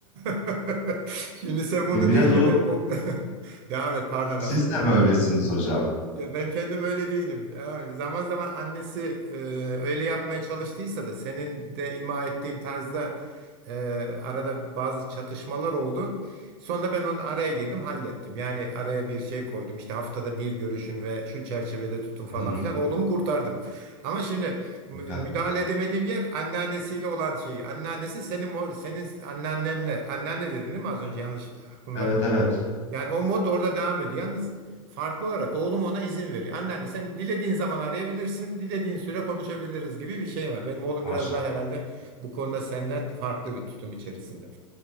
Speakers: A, on the right; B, on the left.
A: <laughs> Şimdi sen bunu
B: e, biraz
A: deyince
B: o
A: benim o... <laughs> Devam et pardon
B: siz
A: lafını
B: de mi öylesiniz hocam?
A: Ya ben kendim öyle değilim. Ya zaman zaman annesi e, öyle yapmaya çalıştıysa da senin de ima ettiğin tarzda e, arada bazı çatışmalar oldu. Sonra ben onun araya girdim, hallettim. Yani araya bir şey koydum. İşte haftada bir görüşüm ve şu çerçevede tutun falan
B: Hı hı,
A: filan. Oğlumu kurtardım. Ama şimdi mü-
B: güzel.
A: müdahale edemediğim yer anneannesiyle olan şeyi. Anneannesi senin mo- senin anneannenle. Anneanne dedin değil mi az önce? Yanlış aklımda
B: Evet evet
A: yani o mod orada devam ediyor. Yalnız farklı olarak oğlum ona izin veriyor. Anneanne sen dilediğin zaman arayabilirsin, dilediğin süre konuşabiliriz gibi bir şey var. Benim oğlum
B: maşallah.
A: biraz daha herhalde bu konuda senden farklı bir tutum içerisinde.